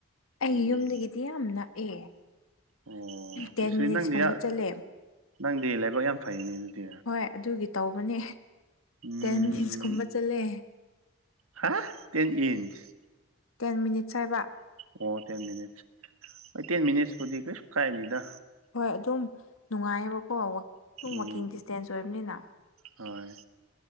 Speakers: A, on the left; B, on the right.
A: ꯑꯩ
B: ꯑꯣ
A: ꯌꯨꯝꯗꯒꯤꯗꯤ ꯌꯥꯝ ꯅꯛꯑꯦ
B: ꯑꯣ
A: ꯇꯦꯟ
B: ꯁꯤ
A: ꯃꯤꯅꯤꯠꯁꯀꯨꯝꯕ
B: ꯅꯪꯗꯤ
A: ꯆꯠꯂꯦ
B: ꯅꯪꯗꯤ ꯂꯥꯏꯕꯛ ꯌꯥꯝ ꯐꯩꯅꯦ ꯑꯗꯨꯗꯤ
A: ꯍꯣꯏ ꯑꯗꯨꯒꯤ ꯇꯧꯕꯅꯦ
B: ꯎꯝ
A: ꯇꯦꯟ ꯃꯤꯅꯤꯠꯁꯀꯨꯝꯕ ꯆꯠꯂꯦ
B: ꯍꯥꯥ ꯇꯦꯟꯏꯟꯁ
A: ꯇꯦꯟ ꯃꯤꯅꯤꯠꯁ ꯍꯥꯏꯕ꯫
B: ꯑꯣ ꯇꯦꯟ ꯃꯤꯅꯤꯠꯁ ꯇꯦꯟ ꯃꯤꯅꯤꯠꯁꯄꯨꯗꯤ ꯀꯩꯁꯨ ꯀꯥꯏꯗꯦꯗ꯫
A: ꯍꯣꯏ ꯑꯗꯨꯝ ꯅꯨꯡꯉꯥꯏꯌꯦꯕꯀꯣ ꯋꯥꯛ ꯁꯨꯝ
B: ꯎꯝ
A: ꯋꯥꯛꯀꯤꯡ ꯗꯤꯁꯇꯦꯟꯁ ꯑꯣꯏꯕꯅꯤꯅ
B: ꯍꯣꯏ